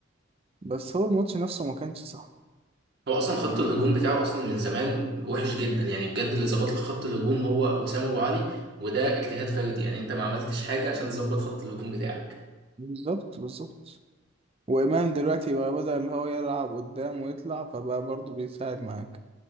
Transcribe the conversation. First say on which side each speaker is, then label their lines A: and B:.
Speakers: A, on the right; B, on the right.
A: بس هو الماتش نفسه ما كانش صح
B: هو اصلا خط
A: يعني
B: الهجوم
A: انه
B: بتاعه اصلا من زمان وحش جدا يعني بجد اللي ظبط لك خط الهجوم هو وسام ابو علي وده اجتهاد فردي يعني انت ما عملتش حاجه عشان تظبط خط الهجوم بتاعك
A: بالظبط بالظبط وإمام دلوقتي بقى بدأ اللي هو يلعب قدام ويطلع فبقى برضه بيساعد معاك